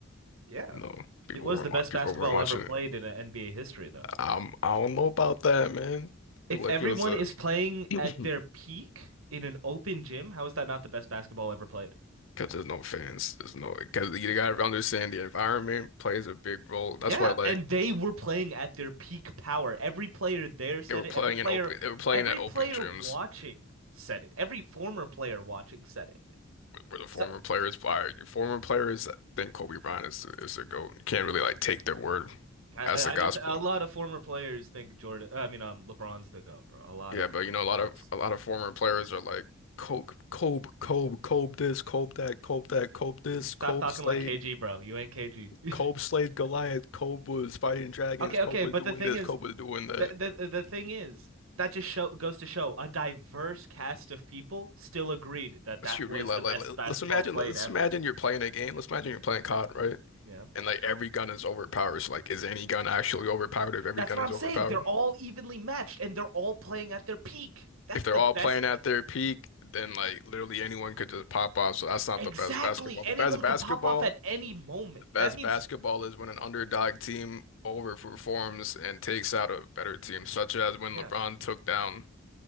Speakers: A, on the right; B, on the left.
A: Yeah.
B: You know, people
A: It was
B: weren't
A: the best
B: wa- people
A: basketball
B: weren't watching
A: ever played
B: it.
A: in uh, NBA history, though.
B: I'm, I don't know about that, man. I
A: If
B: feel like
A: everyone
B: it was a
A: is playing
B: <clears throat> because
A: at their peak in an open gym, how is that not the best basketball ever played?
B: there's no fans. There's no because you gotta understand the environment plays a big role. That's
A: Yeah,
B: why like
A: and they were playing at their peak power. Every player there said
B: they were
A: it.
B: playing
A: Every player,
B: in open they were playing
A: every
B: at open
A: player
B: gyms
A: watching said it. Every former player watching said it.
B: where the
A: So
B: former players by former players I think Kobe Bryant is is a GOAT. You can't really like take their word
A: I,
B: as
A: I
B: the
A: I
B: gospel.
A: don't. A lot of former players think Jordan. I mean, um, LeBron's the GOAT, bro. A lot
B: Yeah,
A: of former
B: but you know,
A: players.
B: a lot of a lot of former players are like Kobe, Kobe, Kobe, Kobe this, Kobe that, Kobe that, Kobe this,
A: Stop
B: Kobe
A: talking
B: Slade,
A: like KG, bro. You ain't KG. <laughs>
B: Kobe Slade Goliath, Kobe was fighting dragons,
A: Okay,
B: Kobe
A: okay,
B: was
A: but
B: doing
A: the thing
B: this,
A: is,
B: Kobe was doing that.
A: The, the the thing is, that just show goes to show a diverse cast of people still agreed that
B: But
A: that
B: you
A: was
B: realize,
A: the
B: like,
A: best
B: let-
A: basketball
B: let's imagine,
A: played
B: let's
A: ever.
B: imagine you're playing a game. Let's imagine you're playing COD, right?
A: Yeah.
B: And like every gun is overpowered. So like, is any gun actually overpowered if every
A: That's
B: gun
A: what
B: is
A: I'm
B: overpowered?
A: saying. They're all evenly matched and they're all playing at their peak. That's
B: If they're
A: the
B: all
A: best.
B: playing at their peak, then like literally anyone could just pop off. So that's not
A: Exactly.
B: the best basketball.
A: Anyone
B: The best basketball.
A: could pop off at any moment.
B: The best
A: That means,
B: basketball is when an underdog team overperforms and takes out a better team, such as when
A: yeah,
B: LeBron took down